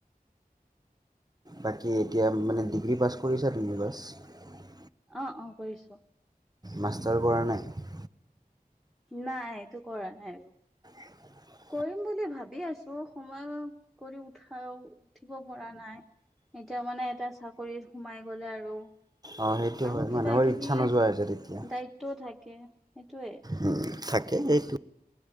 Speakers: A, on the right; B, in the centre.
A: বাকী এতিয়া মানে ডিগ্ৰী পাছ কৰিছা <unintelligible>
B: অ', অ', কৰিছোঁ।
A: মাষ্টাৰ কৰা নাই?
B: নাই, এইটো কৰা নাই।
A: <inaudible>
B: কৰিম বুলি ভাবি আছো সময় কৰি উঠা, উঠিব পৰা নাই। এতিয়া মানে এটা চাকৰিত সোমাই গলে আৰু।
A: অ, সেইটো
B: আৰু
A: হয়।
B: কিবা
A: মানুহৰ
B: কিবি
A: ইচ্ছা নোযোৱা হৈছে তেতিয়া।
B: দায়িত্বও থাকে সেইটোৱে।
A: উম, থাকে, সেইটো